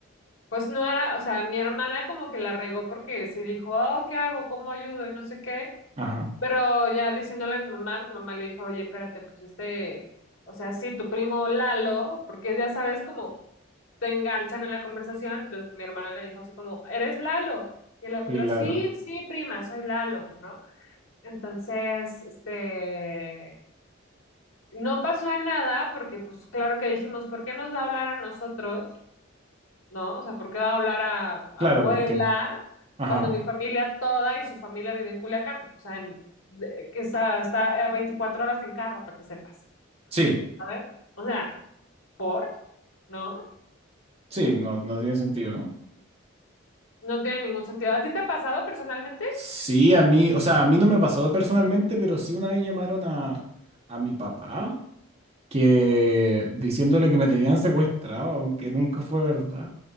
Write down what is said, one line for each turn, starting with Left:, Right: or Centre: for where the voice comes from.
Left: Pues no era, o sea, mi hermana como que la regó porque sí dijo, oh, ¿qué hago? ¿Cómo ayudo? Y no sé qué.
Right: Ajá,
Left: Pero ya diciéndole a mi mamá, mi mamá le dijo, oye, espérate, pues este, o sea, sí, tu primo Lalo, porque ya sabes como te enganchan en la conversación. Entonces mi hermana le dijo así como, ¿eres Lalo? Y el otro,
Right: claro.
Left: sí, sí, prima, soy Lalo, ¿no? Entonces, este, no pasó a nada porque pues claro que dijimos, ¿por qué nos va a hablar a nosotros? ¿no? O sea, ¿por qué va a hablar a, a
Right: Claro,
Left: Puebla
Right: ¿por qué? Ajá.
Left: cuando mi familia toda y su familia vive en Culiacán? O sea, en- de- que está, está a 24 horas en carro, para que sepas,
Right: Sí,
Left: ¿sabes? O sea, ¿por? ¿No?
Right: sí, no, no tiene sentido, ¿no?
Left: No tiene ningún sentido. ¿A ti te ha pasado personalmente?
Right: Sí, a mí, o sea, a mí no me pasó personalmente, pero sí una vez llamaron a, a mi papá que diciéndole que me tenían secuestrado, aunque nunca fue verdad.